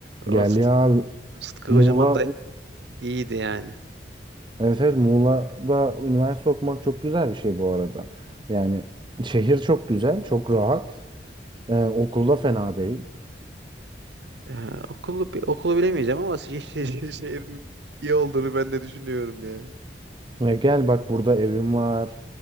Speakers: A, on the right (about 75°); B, on the right (about 25°).
A: Orası
B: Gel ya
A: Sıtkı
B: Muğla.
A: Kocaman da iyiydi yani.
B: Evet evet Muğla'da üniversite okumak çok güzel bir şey bu arada. Yani şehir çok güzel, çok rahat. Ee, okulda fena değil.
A: Ya, okulu bi- okulu bilemeyeceğim ama şi- şi- şi- şehrin iyi olduğunu ben de düşünüyorum yani.
B: Ve gel bak burada evim var.